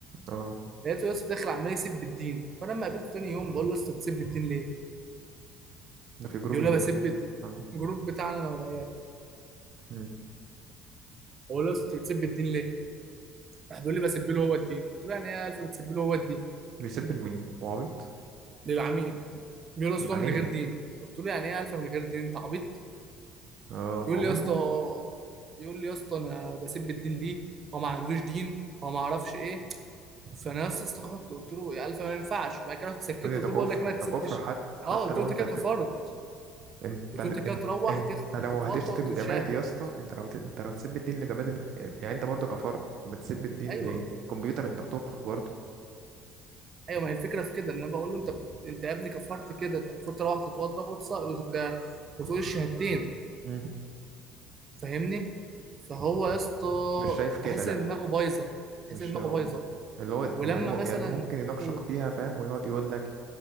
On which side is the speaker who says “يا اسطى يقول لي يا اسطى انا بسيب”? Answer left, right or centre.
Right